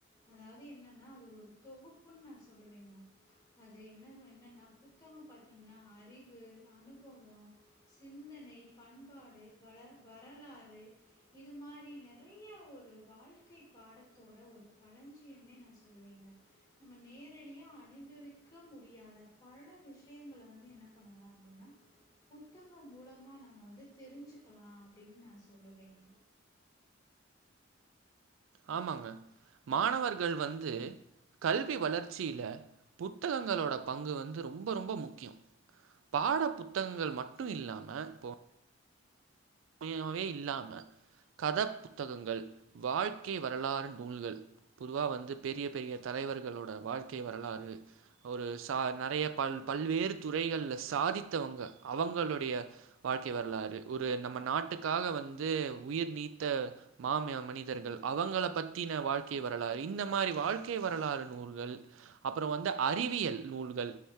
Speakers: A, on the left; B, on the right.
A: அதாவுது என்னன்னா அது ஒரு தொகுப்புன் நா சொல்லுவேங்க அது என்னாவ் என்னன்னா புத்தகோ பாத்தீங்குன்னா அறிவு அனுபவோ சிந்தனை பண்பாடு வள வரலாறு இது மாரி நெறைய ஒரு வாழ்க்கை பாடத்தோட ஒரு களஞ்சியம்னே நா சொல்லுவேங்க நம்ம நேரடியா அனுபவிக்க முடியாத பல விஷயங்கள வந்து என்ன பண்ணலா அப்டின்னா புத்தகோ மூலமா ந ம்ம வந்து தெரிஞ்சுக்கலா அப்டின் நா சொல்லுவேங்க
B: ஆமாங்க மாணவர்கள் வந்து கல்வி வளர்ச்சியில புத்தகங்களோட பங்கு வந்து ரொம்ப ரொம்ப முக்கியோ பாட புத்தகங்கள் மட்டு இல்லாம போ <unintelligible> இல்லாம கத புத்தகங்கள் வாழ்க்கை வரலாறு நூல்கள் பொதுவா வந்து பெரிய பெரிய தலைவர்களோட வாழ்க்கை வரலாறு ஒரு ச நெறைய பல் பல்வேறு துறைகள்ல சாதித்தவங்க அவுங்களுடைய வாழ்க்கை வரலாறு ஒரு நம்மன் நாட்டுக்காக வந்து உயிர் நீத்த மாமே மனிதர்கள் அவங்க பத்தின வாழ்க்கை வரலாறு இந்த மாரி வாழ்க்கை வரலாறு நூல்கள் அப்பறோ வந்து அறிவியல் நூல்கள்